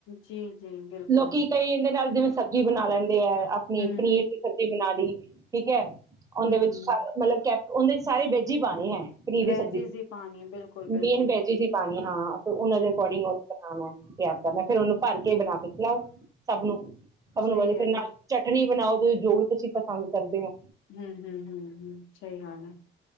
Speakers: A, on the left; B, on the right.
A: ਜੀ ਜੀ ਬਿਲਕੁਲ
B: ਲੋਕੀ ਕਈ ਇਹਦੇ ਨਾਲ ਜਿਵੇਂ ਸਬਜ਼ੀ ਬਣਾ ਲੈਂਦੇ ਹੈ ਆਪਣੀ
A: ਹੂੰ
B: ਪਨੀਰ ਦੀ ਸਬਜ਼ੀ ਬਣਾ ਲਈ ਠੀਕ ਹੈ। ਉਹਦੇ
A: ਹਮ
B: ਵਿੱਚ
A: ਹਮ।
B: ਸਾਰਾ ਮਤਲਬ ਸਾਰੇ ਵੈਜੀ ਹੀ ਪਾਉਣੇ ਹੈ ਪਨੀਰ
A: ਵੈਜਿਸ
B: ਦੀ ਸਬਜ਼ੀ
A: ਹੀ ਪਾਣੀ ਬਿਲਕੁਲ ਬਿਲਕੁਲ
B: ਮੇਨ ਵੈਜੀਜੀ ਸੀ ਪਾਉਣੀ ਹਾਂ ਤੇ ਉਹਨਾਂ
A: ਹਮ
B: ਦੇ ਅਕੋਰਡਿੰਗ ਉਹਨ ਬਣਾਉਣਾ ਹੈ ਯ ਕਰਨਾ ਫੇਰ ਉਹਨੂੰ ਭਰ ਕੇ ਬਣਾ ਕੇ ਚਲਾਓ ਸਭ ਨੂੰ ਸਭ
A: ਸਹੀ
B: ਨੂੰ ਵਧ
A: ਹੈ
B: ਫਿਰ
A: ਨਾ
B: ਨਾਲ ਚਟਨੀ ਬਣਾਓ ਜੋ ਤੁਸੀ ਪਸੰਦ ਕਰਦੇ ਹ
A: ਹਮ ਹਮ ਹਮ ਹਮ ਸਹੀ ਗਲ ਹੈ